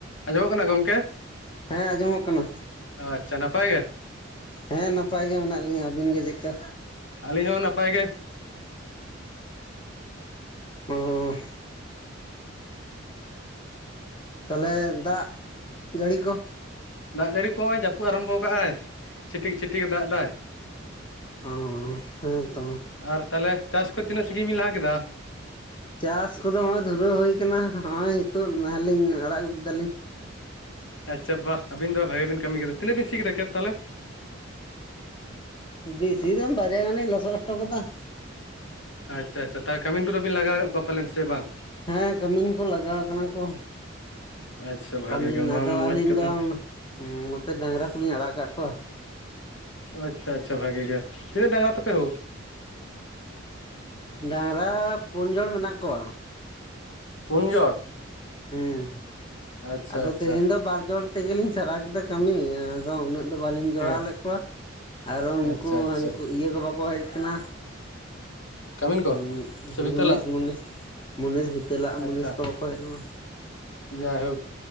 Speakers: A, on the left (about 70°); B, on the left (about 25°).
A: ᱟᱸᱡᱚᱢᱚᱜ ᱠᱟᱱᱟ ᱜᱚᱢᱠᱮ
B: ᱦᱮᱸ ᱟᱸᱡᱚᱢᱚᱜ ᱠᱟᱱᱟ
A: ᱟᱪᱪᱷᱟ ᱱᱟᱯᱟᱭ ᱜᱮ?
B: ᱦᱮᱸ ᱱᱟᱯᱟᱭ ᱜᱮ ᱢᱮᱱᱟᱜ ᱞᱤᱧᱟ᱾ ᱟᱹᱵᱤᱱ ᱜᱮ ᱪᱮᱜᱠᱟ?
A: ᱟᱹᱞᱤᱧ ᱦᱚᱸ ᱱᱟᱯᱟᱭ ᱜᱮ
B: ᱳ ᱛᱟᱞᱦᱮ ᱫᱟᱜ ᱡᱟᱹᱲᱤ ᱠᱚ
A: ᱫᱟᱜ ᱡᱟᱹᱲᱤ ᱠᱚ ᱦᱚᱜ-ᱚᱭ ᱡᱟᱹᱯᱩᱜ ᱟᱨᱟᱢᱵᱷᱚᱣ ᱠᱟᱜ-ᱟᱭ ᱪᱷᱤᱴᱤᱠ ᱪᱷᱤᱴᱤᱠᱮ ᱫᱟᱜ ᱫᱟᱭ᱾
B: ᱚ ᱦᱮᱸ ᱛᱚ
A: ᱟᱨ ᱛᱟᱞᱮ ᱪᱟᱥ ᱠᱷᱚᱡ ᱛᱤᱱᱟᱹᱜ ᱥᱟᱺᱜᱤᱧ ᱵᱮᱱ ᱞᱟᱦᱟ ᱠᱮᱫᱟ?
B: ᱪᱟᱥ ᱠᱚᱫᱚ ᱦᱚᱸᱜ-ᱚᱭ ᱫᱷᱩᱨᱟᱹᱣ ᱦᱩᱭ ᱟᱠᱟᱱᱟ, ᱦᱚᱸᱜ-ᱚᱭ ᱱᱤᱛᱳᱜ ᱱᱟᱦᱮᱞᱤᱧ ᱟᱲᱟᱜ ᱟᱹᱜᱩ ᱠᱮᱫᱟᱞᱤᱧ
A: ᱟᱪᱪᱷᱟ ᱵᱟ ᱟᱹᱵᱤᱱ ᱫᱚ ᱵᱷᱟᱜᱤ ᱵᱤᱱ ᱠᱟᱹᱢᱤ ᱠᱮᱫᱟ, ᱛᱤᱱᱟᱹᱜ ᱵᱤᱱ ᱥᱤ ᱠᱮᱫᱟ ᱠᱷᱮᱛ ᱛᱟᱦᱞᱮ?
B: ᱵᱮᱥᱤ ᱫᱚᱢ ᱵᱟᱨᱭᱟ ᱜᱟᱱᱤᱧ ᱞᱚᱥᱚᱜ ᱦᱚᱴᱚ ᱠᱟᱫᱟ᱾
A: ᱟᱪᱪᱷᱟ ᱟᱪᱷᱟ ᱛᱟ ᱠᱟᱹᱢᱤᱱ ᱠᱚᱫᱚᱵᱮᱱ ᱞᱟᱜᱟᱣ ᱠᱟᱜ ᱠᱚᱣᱟ ᱯᱟᱞᱮᱱ ᱥᱮ ᱵᱟᱝ?
B: ᱦᱮᱸ ᱠᱟᱹᱢᱤᱱ ᱠᱚ ᱞᱟᱜᱟᱣ ᱠᱟᱱᱟ ᱠᱚ᱾
A: ᱟᱪᱪᱷᱟ ᱵᱷᱟᱜᱮ
B: ᱠᱟᱹᱢᱤᱱ
A: ᱜᱮ ᱱᱚᱣᱟ
B: ᱟᱫᱚ
A: ᱢᱟ ᱢᱚᱡᱽ
B: ᱟᱹᱞᱤᱧ
A: ᱠᱟᱛᱷᱟ
B: ᱫᱚ ᱱᱚᱛᱮ ᱰᱟᱝᱨᱟ ᱠᱚᱞᱤᱧ ᱟᱲᱟᱜ ᱠᱟᱜ ᱠᱚᱣᱟ
A: ᱟᱪᱪᱷᱟ ᱟᱪᱪᱷᱟ ᱵᱷᱟᱜᱤ ᱜᱮ ᱛᱤᱱᱟᱹᱜ ᱰᱟᱝᱨᱟ ᱛᱟᱯᱮ ᱦᱳ
B: ᱰᱟᱝᱨᱟ ᱯᱩᱱᱡᱚᱲ ᱢᱮᱱᱟᱜ ᱠᱚᱣᱟ
A: ᱯᱩᱱ ᱡᱚᱲ
B: ᱦᱮᱸ
A: ᱟᱪᱪᱷᱟ
B: ᱟᱫᱚ
A: ᱟᱪᱪᱷᱟ
B: ᱛᱮᱦᱮᱧ ᱫᱚ ᱵᱟᱨ ᱡᱚᱲ ᱛᱮᱜᱮᱞᱤᱧ ᱥᱟᱨᱟᱣ ᱠᱮᱫᱟ ᱠᱟᱹᱢᱤ ᱟᱫᱚ ᱩᱱᱟᱹᱜ ᱫᱚ ᱵᱟᱹᱞᱤᱧ ᱡᱚᱲᱟᱣ
A: ᱦᱮᱸ
B: ᱞᱮᱫ ᱠᱚᱣᱟ ᱟᱨᱚ ᱩᱱᱠᱩ
A: ᱟᱪᱪᱷᱟ ᱟᱪᱪᱷᱟ
B: ᱦᱟᱹᱱᱠᱩ ᱤᱭᱟᱹ ᱠᱚ ᱵᱟᱠᱚ ᱦᱮᱡ ᱟᱠᱟᱱᱟ
A: ᱠᱟᱹᱢᱤᱱ ᱠᱚ
B: ᱩᱸ
A: ᱥᱮ ᱵᱤᱛᱟᱹᱞᱟᱜ
B: ᱢᱩᱱᱤᱥ ᱢᱩᱱᱤᱥ ᱢᱩᱱᱤᱥ ᱵᱷᱤᱛᱟᱹ ᱞᱟᱜ
A: ᱟᱪᱪᱷᱟ
B: ᱢᱩᱱᱤᱥ ᱠᱚ ᱵᱟᱠᱚ ᱦᱮᱡ ᱞᱮᱱᱟ
A: ᱡᱟᱭᱦᱳᱠ